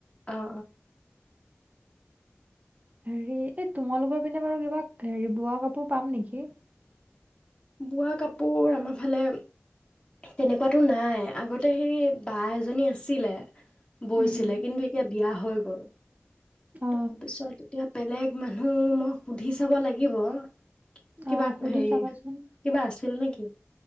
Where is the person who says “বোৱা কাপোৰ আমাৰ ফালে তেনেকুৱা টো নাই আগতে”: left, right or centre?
Left